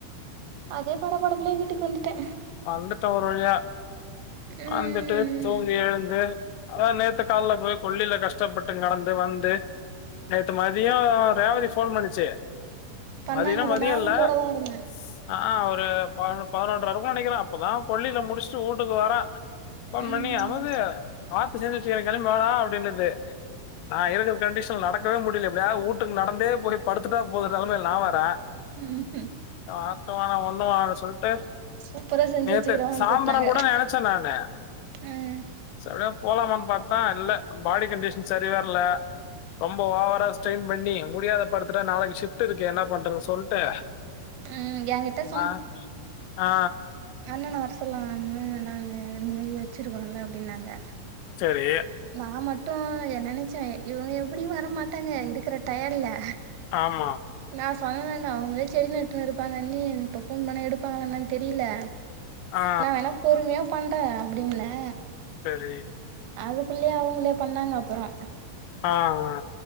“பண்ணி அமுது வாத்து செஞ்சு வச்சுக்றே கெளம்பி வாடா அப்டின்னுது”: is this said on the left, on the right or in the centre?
Left